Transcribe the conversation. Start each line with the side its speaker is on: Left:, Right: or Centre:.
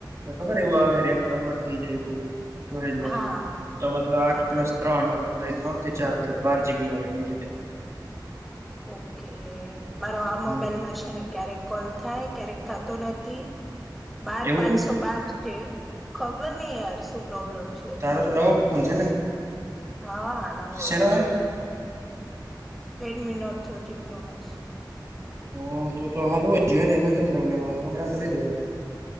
Right: ખબર એવું હ રેમ કન્વર્ટ થઈ જાય સ્ટરેજ
Centre: હા હા
Right: તો મતલબ આઠ
Centre: હા
Right: પ્લસ ત્રણ ત્રણ થી ચાર મતલબ બાર જીબી વાળે એવી રીતે
Centre: ઓકે મારો આ
Right: હમ
Centre: મોબાઈલ મારશે ને ક્યારેક કોલ થાય ક્યારેક થતો નથી બાર
Right: એવું
Centre: પાંચસો
Right: કેમ
Centre: બાર છે ખબર નહ યાર શું પ્રોબ્લેમ છે
Right: તારો તો નવો ફોન છે ને
Centre: હા નવું હોય
Right: શેનો
Centre: તોય
Right: હે
Centre: Redmi not thirteen pro max
Right: હ તો હાલ હો જ ને એમાં કેમ પ્રોબ્લેમ આવે હમણાં તો લીધું હોય